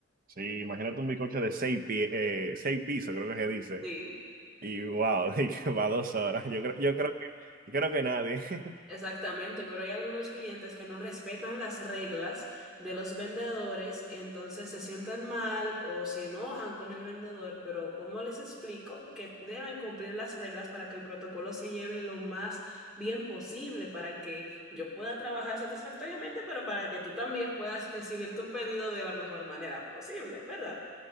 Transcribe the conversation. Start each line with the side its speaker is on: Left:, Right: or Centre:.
Right: Sí, imagínate un bizcocho de seis, pie- eh, seis pisos, creo que se dice.
Centre: Sí.
Right: Y wow, <laughs> y que va dos horas. Yo creo, yo creo que, yo creo que nadie. <laughs>
Centre: Exactamente, pero hay algunos clientes que no respetan las reglas de los vendedores, y entonces se sientan mal o se enojan con el vendedor, pero ¿cómo les explico? Que deben cumplir las reglas para que el protocolo se lleve lo más bien posible, para que yo pueda trabajar satisfactoriamente, pero para que tú también puedas recibir tu pedido de la mejor manera posible, ¿verdad?